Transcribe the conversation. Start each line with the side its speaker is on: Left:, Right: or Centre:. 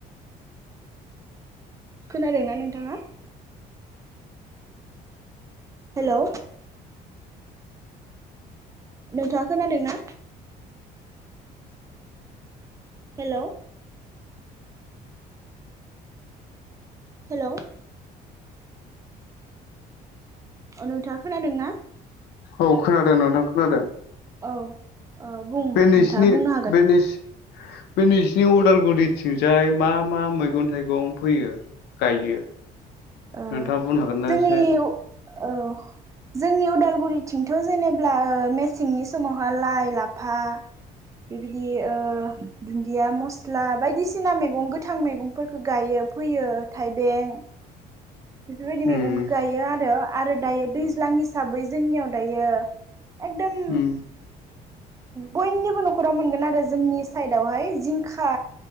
Right: खोनादोंना नोंथाङा हेलौ नोंथाङा खोनादों ना हेलौ हेलौ अ नोंथाङा खोनादों ना
Left: औ खोनादों नोंथां खोनादों
Right: औ बुं
Left: बे नोंसिनि
Right: नोंथाङा बुंनो हागोन
Left: बे निस बे नोंसिनि अदाल गुरिथिंजाय मा मा मैगं- थाइगं फोयो गायो
Right: ओ
Left: नोंथाङा बुंनो हागोन ना
Right: जोंनियाव
Left: एसे
Right: ओ जोंनि उदालगुरिथिंथ' जेनेब्ला ओ मेसेंनि समावहा लाइ- लाफा बेबायदि ओ दुन्दिया मस्ला बायदिसिना मेगं गोथां मेगंफोरखो गायो फोयो थाइबें बेफोरबायदि मैगंखो
Left: उम
Right: गायो आरो आरो द दायो दैज्लां हिसाबै जोंनियाव दायो एकदोम
Left: उम
Right: बयनिबो न'खराव मोनगोन आरो जोंनि साइडआवहाय जिंखा